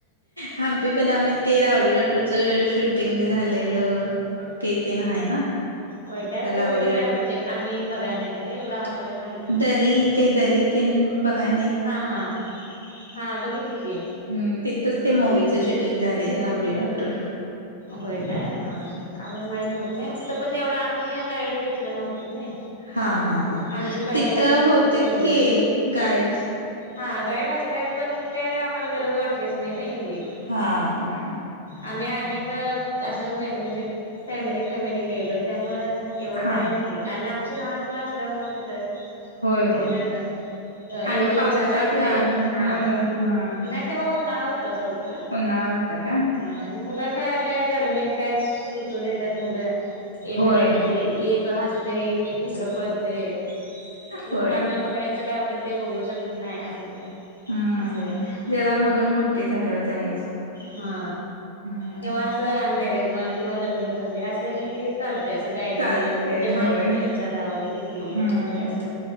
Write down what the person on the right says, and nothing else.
हमपी बदामी तेरा आवडी राटूच शूटिंग झालेलं. ते तेन आहे ना.
रावडी
राठोड.
दरी ते दरी तेन बघाय नाही.
हम्. तिथंच ते मूवीच शूटिंग झाले रावडी राटोर.
हा हा हा
तिथं
होतीत
की गाईड.
हा हा हा!
हा
होय
होय
आणि पावसात
लहान
मुलं हा
उन्हाळा होता का
होय
होय
हम्म
जरा मुलं मोठे झाल्यावर जायचं
हम्म
चालते
होय
हम्म